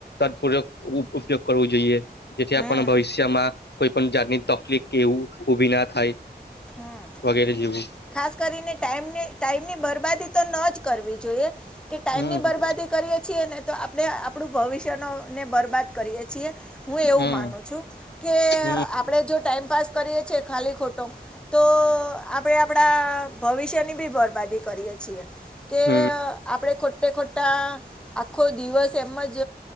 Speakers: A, on the left (about 80°); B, in the centre.
A: પ ઉપયોગ કરવો જોઈએ જેથી
B: હમ
A: આપણ ભવિષ્યમાં કોઈ પણ જાતની તકલીફ એવું ઉઊભી ના થાય
B: હમ.
A: વગેરે જેવું
B: ખાસ કરીને ટાઈમને ટાઈમની બરબાદી તો ન જ કરવી જોઈએ. કે ટાઈમ
A: હમ
B: ની બરબાદી કરીએ છીએ ને તો આપણે આપણું ભવિષ્ય નને બરબાદ હું એવું
A: હમ
B: માનું છું કે
A: હમ
B: આપણે જો ટાઈમપાસ કરીએ છીએ ખાલી ખોટો તો આપડે આપડા ભવિષ્યની બી બરબાદી કરીએ છીએ. કે
A: હમ
B: આપડે ખોટા ખોટા આખો દિવસ એમ જ